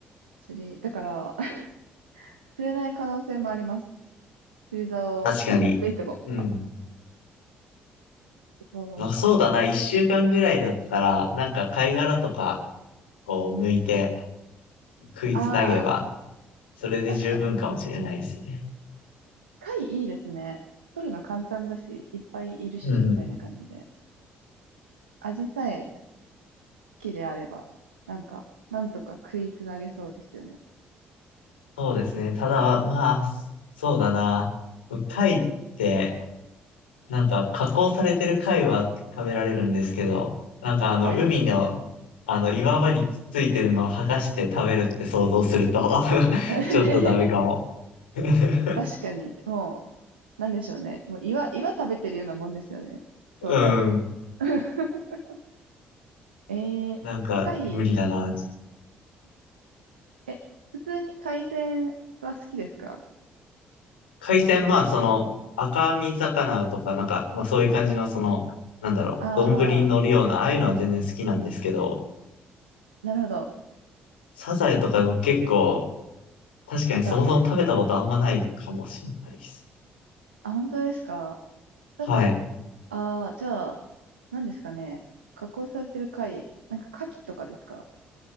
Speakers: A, on the right (about 80°); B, on the left (about 85°).
A: 釣り、だから、<laughs> 釣れない可能性もあります。釣り竿を持っていても。
B: 確かに。うん。
A: そう。
B: まあそうだな、一週間ぐらいだったら、なんか貝殻とかを剥いて食いつなげば、
A: ああ、
B: それで十分かもしれないですね。
A: 確かに。貝いいですね。取るの簡単だし、いっぱいいるし、
B: うん。
A: みたいな感じで。味さえ木であれば、なんか、なんとか食いつなげそうですよね。
B: そうですね。ただ、まあ、そうだな。貝って、なんか加工されてる貝は食べられるんですけど、なんかあの、
A: はい。
B: 海の、あの、岩場にくっついてるのを剥がして食べるって想像すると
A: <laughs>
B: <laughs> ちょっとダメかも。<laughs>
A: 確かに、もう、なんでしょうね。もう岩、岩食べてるようなもんですよね。
B: うん。
A: そうなると。<laughs> えー、
B: なんか、
A: 貝、
B: 無理だな。
A: え、普通に海鮮は好きですか
B: 海鮮、まあ、その、赤身魚とか、なんか、まあ、そういう感じの、その、なんだろう、
A: ああ
B: 丼に乗るような、ああいうのは全然好きなんですけど、
A: ー、なるほど。
B: サザエとか結構、確かにそもそも食べたことあんまないかもしれないです。
A: あ、ダメ。あ、本当ですかサザエ。
B: はい。
A: ああ、じゃあ、何ですかね。加工されてる貝、なんか牡蠣とかですか